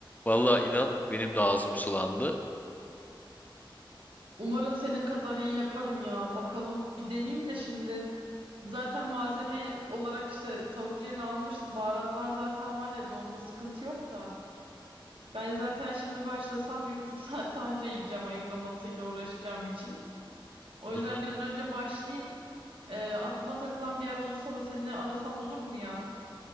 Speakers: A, on the left (about 20°); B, on the right (about 80°).
A: Vallahi inan benim de ağzım sulandı.
B: Umarım senin kadar iyi yaparım ya. Bakalım bir deneyeyim de şimdi. Zaten malzeme olarak işte tavuk ciğerini almıştım. Baharatlar zaten var evde onda sıkıntı yok da. Ben zaten şimdi başlasam bir buçuk <laughs> saate anca yiyeceğim ayıklamasıyla uğraşacağım için. O yüzden
A: Hı hı.
B: bir an önce başlayayım. Ee, aklıma takılan bir yer olursa da seninle arasam olur mu ya?